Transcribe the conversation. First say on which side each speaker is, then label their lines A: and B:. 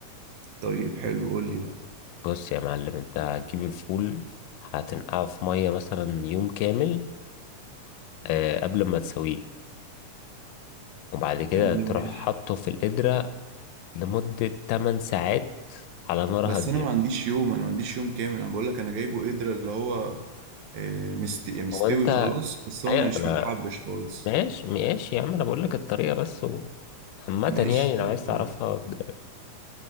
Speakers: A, on the right; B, on the left.
A: طيب حلو قول لي بقى
B: بص يا معلم انت هتجيب الفول هتنقعه في ميه مثلا يوم كامل آه، قبل ما تسويه وبعد كده
A: تمام
B: تروح
A: ماشي
B: حاطه في القدرة لمدة 8 ساعات على نار
A: بس
B: هادية
A: انا ما عنديش يوم انا ما عنديش يوم كامل انا بقول لك انا جايبه قدرة اللي هو آه، مست... يعني مستوي
B: هو انت
A: خلاص بس هو
B: أيوة،
A: مش
B: انا
A: متحبش خالص
B: ماشي ماشي يا عم انا بقول لك الطريقة بس و... عامة
A: ماشي
B: يعني لو
A: طيب
B: عايز تعرفها
A: قول.
B: د-